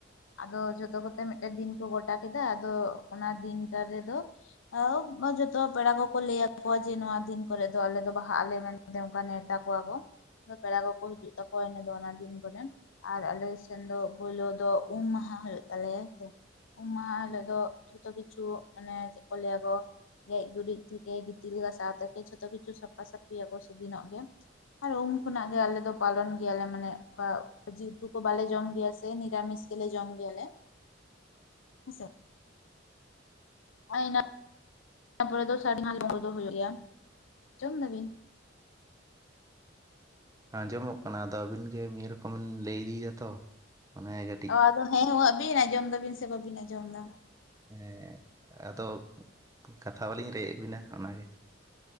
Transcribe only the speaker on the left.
ᱟᱫᱚ ᱡᱷᱚᱛᱚ ᱠᱚᱛᱮ ᱢᱤᱫᱴᱮᱱ ᱫᱤᱱ ᱠᱚ ᱜᱚᱴᱟ ᱠᱮᱫᱟ ᱟᱫᱚ ᱚᱱᱟ ᱫᱤᱱᱴᱟ ᱨᱮᱫᱚ <inaudible> ᱵᱟ ᱡᱚᱛᱚ ᱯᱮᱲᱟ ᱠᱚᱠᱚ ᱞᱟᱹᱭᱟ ᱠᱚᱣᱟᱠᱚ ᱡᱮ ᱱᱚᱣᱟ ᱫᱤᱱ ᱠᱚᱨᱮ ᱫᱚ ᱟᱞᱮ ᱫᱚ ᱵᱟᱦᱟᱜ ᱟᱞᱮ ᱢᱮᱱᱛᱮ ᱚᱱ ᱱᱮᱶᱛᱟ ᱠᱚᱣᱟ ᱠᱚ ᱯᱮᱲᱟ ᱠᱚᱠᱚ ᱦᱤᱡᱩᱜ ᱛᱟᱠᱚᱣᱟ ᱤᱱᱟ ᱫᱚ ᱚᱱᱟ ᱫᱤᱱ ᱠᱚᱨᱮ ᱟᱨ ᱟᱞᱮ ᱥᱮᱱ ᱫᱚ ᱯᱳᱭᱞᱳ ᱫᱚ ᱩᱢ ᱢᱟᱦᱟ ᱦᱩᱭᱩᱜ ᱛᱟᱞᱮᱭᱟ ᱦᱮᱸ ᱥᱮ ᱩᱢ ᱢᱟᱦᱟ ᱦᱤᱞᱟᱹᱜ ᱫᱚ ᱡᱷᱚᱛᱚ ᱠᱤᱪᱷᱩ ᱢᱟᱱᱮ ᱪᱮᱫ ᱠᱚ ᱞᱟᱹᱭᱟ ᱠᱚ ᱜᱮᱡ ᱜᱩᱨᱤᱡ ᱛᱷᱮᱠᱮ ᱜᱤᱛᱤᱞ ᱜᱟᱥᱟᱣ ᱛᱷᱮᱠᱮ ᱡᱷᱚᱛᱚ ᱠᱤᱪᱷᱩ ᱥᱟᱯᱷᱟ ᱥᱟᱹᱯᱟᱥᱟᱯᱷᱤ ᱭᱟᱠᱚ ᱥᱮ ᱫᱤᱱᱚᱜ ᱜᱮ ᱟᱨ ᱩᱱ ᱠᱷᱚᱱᱟᱜ ᱜᱮ ᱟᱞᱮ ᱫᱚ ᱯᱟᱞᱚᱱ ᱜᱮᱭᱟᱞᱮ ᱢᱟᱱᱮ ᱚᱱᱠᱟ ᱡᱤ ᱩᱛᱩ ᱠᱚ ᱵᱟᱞᱮ ᱡᱚᱢ ᱜᱮᱭᱟ ᱥᱮ ᱱᱤᱨᱟᱢᱤᱥ ᱜᱮᱞᱮ ᱡᱚᱢ ᱜᱮᱭᱟᱞᱮ ᱦᱮᱸᱥᱮ <inaudible> ᱫᱚ ᱦᱩᱭᱩᱜ ᱜᱮᱭᱟ ᱟᱸᱡᱚᱢ ᱫᱟᱵᱤᱱ
ᱚ ᱟᱫᱚ ᱦᱮᱸ ᱦᱩᱸ ᱟᱹᱵᱤᱱ ᱟᱸᱡᱚᱢ ᱫᱟᱵᱤᱱ ᱥᱮ ᱵᱟᱵᱤᱱ ᱟᱸᱡᱚᱢ ᱮᱫᱟ